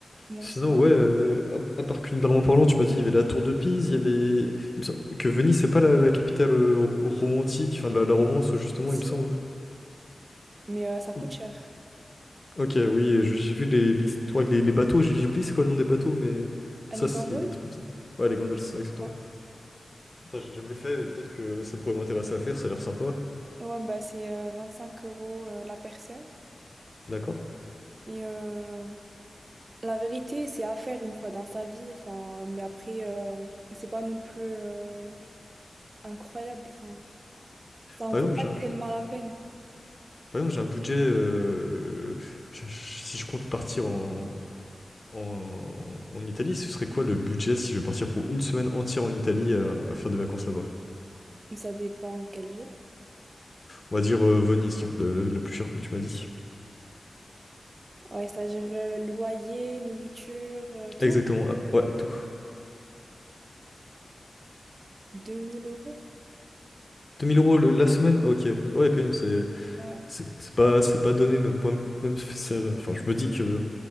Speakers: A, on the right; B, on the left.
A: Moi
B: Sinon,
A: aussi, ouais.
B: ouais, euh, à, à part culinairement parlant, tu m'as dit il y avait la tour de Pise, il y avait. Il me semble que Venise, c'est pas la, la capitale euh, ro- romantique, enfin de la, la romance justement, il
A: Si,
B: me semble.
A: mais euh, ça coûte
B: O-
A: cher.
B: Ok, oui, je- j'ai vu les- l'histoire avec les, les bateaux. J'ai j'ai oublié c'est quoi le nom des bateaux, mais
A: À
B: ça,
A: les
B: c'est
A: gamboles?
B: des trucs comme ça. Ouais, les gondoles, c'est ça, exactement.
A: Ouais.
B: Ça, j'ai jamais fait, mais peut-être que ça pourrait m'intéresser à faire, ça a l'air sympa.
A: Ouais, bah c'est euh, 25 euros euh, la personne.
B: D'accord.
A: Et euh, la vérité, c'est à faire une fois dans sa vie. Enfin, mais après, euh, c'est pas non plus euh, incroyable. Enfin, ça en
B: Par
A: vaut
B: exemple,
A: pas
B: j'ai
A: tellement
B: un,
A: la peine.
B: par exemple, j'ai un budget. euh, je- je- si je compte partir en, en, en Italie, ce serait quoi le budget si je vais partir pour une semaine entière en Italie à, à faire des vacances là-bas?
A: Ça dépend quelle ville.
B: On va dire euh, Venise, tiens, le, le- le plus cher, comme tu m'as dit.
A: Ouais, c'est-à-dire euh, loyer, nourriture, euh, tout.
B: Exactement, ah, ouais, tout.
A: deux mille euros?
B: deux mille euros le- la semaine? Ok. Ouais, quand même, c'est
A: Ouais.
B: c'est c'est pas, c'est pas donné, mais pas- même, ça- enfin, je me dis que.